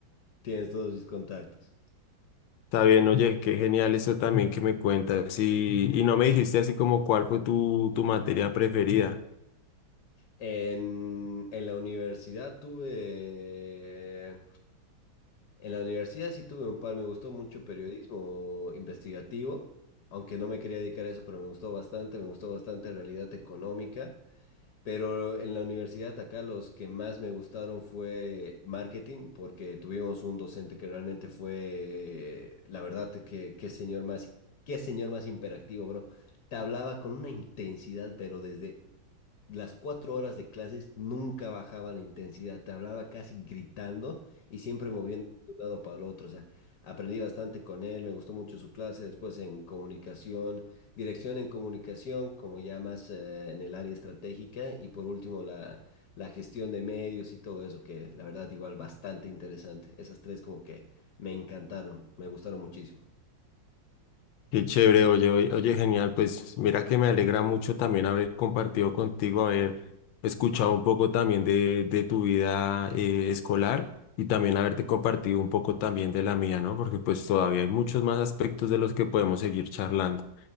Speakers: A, on the left (about 60°); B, on the left (about 75°).
A: Tienes todos mis contactos.
B: está bien, oye, qué genial eso también que me cuentas y, y no me dijiste así como cuál fue tu, tu materia preferida.
A: En, en la universidad tuve... En la universidad sí tuve un par, me gustó mucho periodismo investigativo, aunque no me quería dedicar a eso, pero me gustó bastante, me gustó bastante realidad económica. Pero en la universidad acá los que más me gustaron fue marketing, porque tuvimos un docente que realmente fue, la verdad, que qué señor más, qué señor más imperactivo, bro. Te hablaba con una intensidad, pero desde las cuatro horas de clases nunca bajaba la intensidad, te hablaba casi gritando y siempre moviendo de un lado para el otro. O sea, aprendí bastante con él, me gustó mucho su clase, después en comunicación, dirección en comunicación, como ya más eh, en el área estratégica, y por último la, la gestión de medios y todo eso, que la verdad igual bastante interesante. Esas tres como que me encantaron, me gustaron muchísimo.
B: Qué chévere, oye, oye, oye, genial. Pues mira que me alegra mucho también haber compartido contigo, haber escuchado un poco también de, de tu vida eh, escolar y también haberte compartido un poco también de la mía, ¿no? Porque pues todavía hay muchos más aspectos de los que podemos seguir charlando.